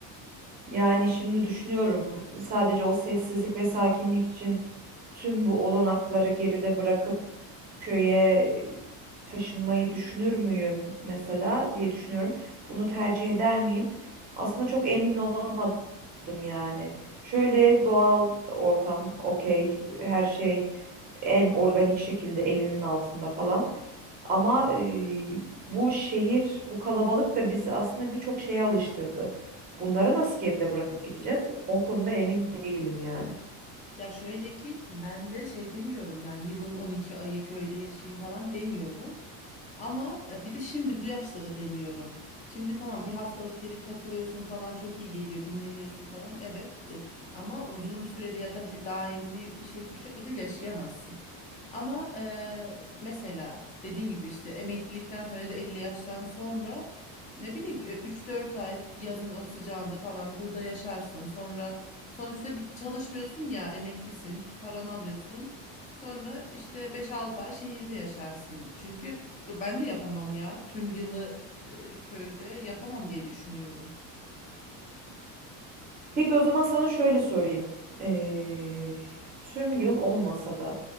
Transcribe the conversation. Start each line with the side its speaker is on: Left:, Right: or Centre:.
Right: Yani şimdi düşünüyorum sadece o sessizlik ve sakinlik için tüm bu olanakları geride bırakıp köye taşınmayı düşünür müyüm mesela diye düşünüyorum. Bunu tercih eder miyim? Aslında çok emin olamadım yani. Şöyle doğal ortam, okey, her şey en organik şekilde elinin altında falan. Ama eee, bu şehir, bu kalabalık da bizi aslında birçok şeye alıştırdı. Bunları nasıl geride bırakıp gideceğiz? O konuda emin değilim yani.
Left: Ya şöyle ki ben de şey demiyorum yani yılın 12 ayı köyde yaşayayım falan demiyorum. Ama e, bir de şimdi bu yaşta da demiyorum. Şimdi tamam bir haftalık gelip takılıyorsun falan çok iyi geliyor, dinleniyorsun falan. Evet e, ama uzun süreli ya da he- daimi bir şekilde burada yaşayamazsın. Ama eee, mesela dediğim gibi işte emeklilikten sonra ya da 50 yaştan sonra ne bileyim e, 3-4 ay yazın o sıcağında falan burada yaşarsın. Sonra sonuçta bir çalışmıyorsun ya emeklisin, paranı alıyorsun. Sonra işte beş altı ay şehirde yaşarsın. Çünkü Yo, ben de yapamam ya. Tüm yılı e, köyde yapamam diye düşünüyorum.
Right: Peki o zaman sana şöyle sorayım. Eee, tüm yıl olmasa da